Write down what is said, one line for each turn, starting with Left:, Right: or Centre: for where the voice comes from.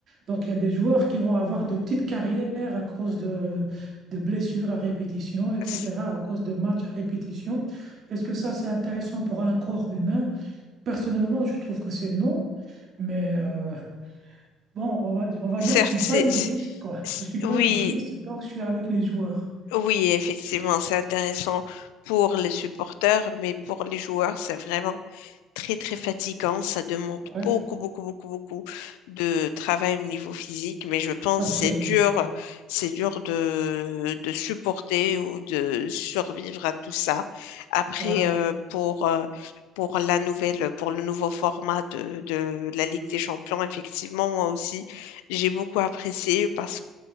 Right: Donc, il y a des joueurs qui vont avoir de petites carrières à cause de, de blessures à répétition, etc.,
Left: C-
Right: à cause de matchs à répétition. Est-ce que ça, c'est intéressant pour un corps humain? Personnellement, je trouve que c'est non, mais euh, bon, on va, on va
Left: Certes,
Right: dire que je suis pas
Left: c'est,
Right: égoïste,
Left: c'est-
Right: quoi.
Left: c'est-
Right: Je suis pas
Left: oui,
Right: égoïste, donc je suis avec les joueurs.
Left: oui, effectivement, c'est intéressant pour les supporters, mais pour les joueurs, c'est vraiment très très fatigant. Ça demande
Right: Ouais,
Left: beaucoup beaucoup beaucoup beaucoup de travail au niveau physique, mais je pense
Right: absolument.
Left: que c'est dur, c'est dur de, de supporter ou de survivre à tout ça. Après,
Right: Ouais,
Left: euh, pour euh, pour la nouvelle, pour le nouveau format de, de la Ligue des Champions, effectivement, moi aussi, j'ai beaucoup apprécié parce que